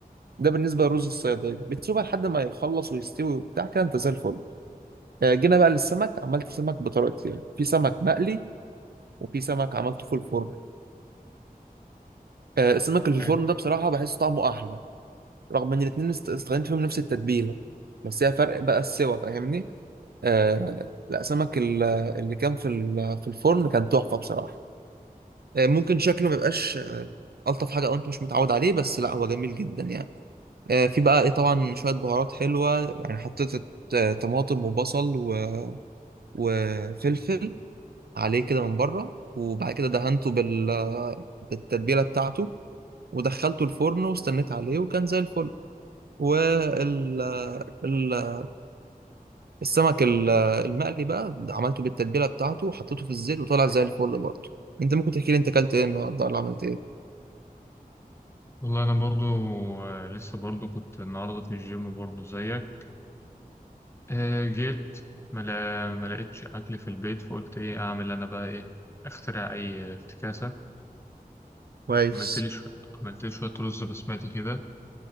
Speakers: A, on the right (about 85°); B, on the left (about 15°).
A: ده بالنسبة للرز الصيادية بتسيبها لحد ما يخلص ويستوي وبتاع كده انت زي الفل آه، جينا بقى للسمك عملت سمك بطريقتين يعني. في سمك مقلي وفي سمك عملته في الفرن آه، السمك اللي
B: حلو
A: في الفرن ده بصراحة بحس طعمه أحلى رغم إن الاتنين است- استخدمت فيهم نفس التتبيلة بس هي فرق بقى السوا فاهمني آه لا سمك ال- اللي كان في ال- في الفرن كان تحفة بصراحة آه، ممكن شكله ما يبقاش آه، ألطف حاجة أو أنت مش متعود عليه بس لا هو جميل جدا يعني آه، في بقى إيه طبعا شوية بهارات حلوة يعني حطيت آه، طماطم وبصل و- وفلفل عليه كده من بره وبعد كده دهنته بال بالتتبيله بتاعته ودخلته الفرن واستنيت عليه وكان زي الفل وال ال- السمك ال- المقلي بقى عملته بالتتبيله بتاعته وحطيته في الزيت وطلع زي الفل برضه انت ممكن تحكي لي انت اكلت ايه النهارده ولا عملت ايه
B: والله أنا برضو آه، لسه برضو كنت النهاردة في الجيم برضو زيك آه، جيت ما لا- ما لقيتش أكل في البيت فقلت إيه أعمل أنا بقى إيه أخترع أي افتكاسة
A: كويس
B: عملت لي شوية عملت لي شوية رز بسمتي كده